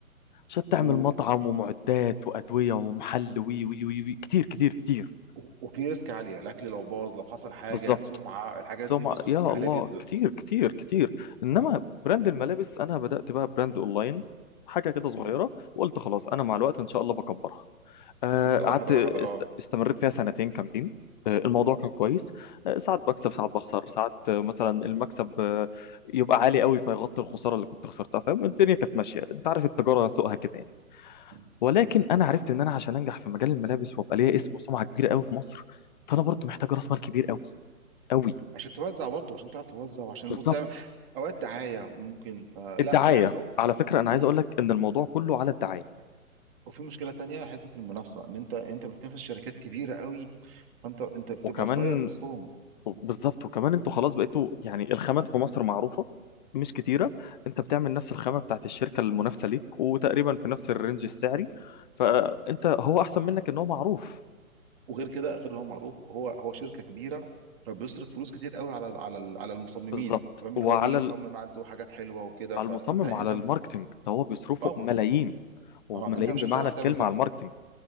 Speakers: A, on the left; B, on the right.
A: عشان تعمل
B: امم
A: مطعم ومعدات وادويه ومحل وي وي وي, وي. كتير كتير كتير
B: و- وفي ريسك عالية الأكل لو باظ لو حصل حاجة
A: بالظبط
B: سمعة الحاجات
A: سمع
B: دي بص ريسك
A: يا
B: عالية
A: الله
B: جدا
A: كتير كتير كتير انما
B: اه
A: براند الملابس انا بدات بقى براند اونلاين حاجه كده صغيره
B: مم.
A: وقلت خلاص انا مع الوقت ان شاء الله بكبرها آه،
B: تبدأ
A: قعدت
B: واحدة
A: است-
B: واحدة اه
A: استمريت فيها سنتين كاملين آه، الموضوع كان كويس آه، ساعات بكسب ساعات بخسر ساعات آه، مثلا المكسب آه، يبقى عالي قوي فيغطي الخساره اللي كنت خسرتها فاهم الدنيا كانت ماشيه انت عارف التجاره سوقها كده يعني
B: مم.
A: ولكن انا عرفت ان انا عشان انجح في مجال الملابس وابقى ليا اسم وسمعه كبيره قوي في مصر فانا برضو محتاج راس مال كبير قوي قوي
B: عشان توزع برضه عشان تعرف توزع وعشان
A: بالظبط
B: بص تعمل أوقات دعاية ممكن فلا
A: الدعايه
B: فعلا أو
A: على فكره انا عايز
B: و-
A: اقول لك ان الموضوع كله على الدعايه
B: وفي مشكلة تانية حتة المنافسة إن أنت أنت بتنافس شركات كبيرة قوي فأنت أنت بتبقى
A: وكمان
B: صغير وسطهم مم.
A: بالظبط وكمان انتوا خلاص بقيتوا يعني الخامات في مصر معروفة مش كتيرة انت بتعمل نفس الخامة بتاعت الشركة المنافسة ليك وتقريبا في نفس الرينج السعري فانت هو احسن منك ان هو معروف
B: وغير كده غير اللي هو معروف هو هو شركة كبيرة فبيصرف فلوس كتير قوي على على على المصممين
A: بالظبط
B: فاهم اللي
A: وعلى
B: هو بيجي بيصمم
A: ال-
B: عنده حاجات حلوة وكده
A: على
B: فأنت
A: المصمم
B: أنت
A: وعلى الماركتينج ده هو بيصرفوا
B: اه
A: ملايين وملايين
B: اه انت مش
A: بمعنى
B: هتعرف
A: الكلمة
B: تعمل كده
A: على الماركتينج